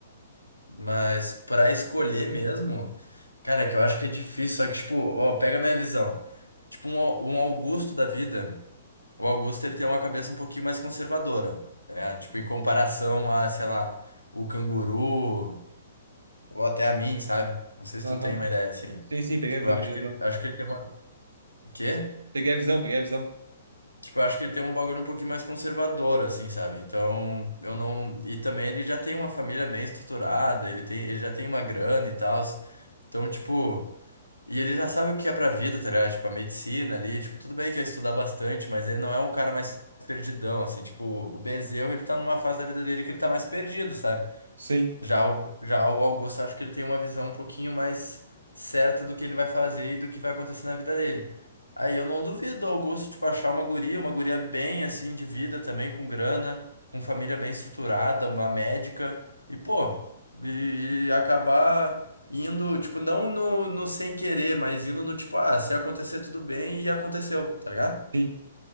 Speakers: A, on the left (about 80°); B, on the right (about 70°).
A: Mas pra escolher mesmo, cara, é que eu acho que é difícil. Só que, tipo, ó, pega a minha visão. Tipo, um, Au- um Augusto da vida, o Augusto ele tem uma cabeça um pouquinho mais conservadora, tá ligado? Tipo, em comparação a, sei lá, o canguru. Ou até a mim, sabe? Não sei se
B: aham.
A: tu tem uma ideia assim.
B: Sim, sim, peguei
A: Tipo,
B: a visão,
A: eu acho
B: peguei
A: que,
B: a visão.
A: acho que ele tem uma. O quê?
B: Peguei a visão, peguei a visão.
A: Tipo, eu acho que ele tem um bagulho um pouquinho mais conservador, assim, sabe? Então, eu não. E também ele já tem uma família bem estruturada, ele tem, ele já tem uma grana e tal. Então, tipo. E ele já sabe o que é pra vida, tá ligado? Tipo, a medicina ali, tipo, tudo bem que é estudar bastante, mas ele não é um cara mais perdidão, assim, tipo, o Bezerro, ele tá numa fase da vida dele que ele tá mais perdido, sabe?
B: Sim,
A: Já o, já o Augusto, acho que ele tem uma visão um pouquinho mais certa do que ele vai fazer e do que vai acontecer na vida dele. Aí eu não duvido do Augusto, tipo, achar uma guria, uma guria bem, assim, de vida também, com grana, com família bem estruturada, uma médica, e, pô, e, e acabar indo, tipo, não no, no sem querer, mas indo no tipo, ah, se acontecer tudo bem, e aconteceu, tá ligado?
B: sim.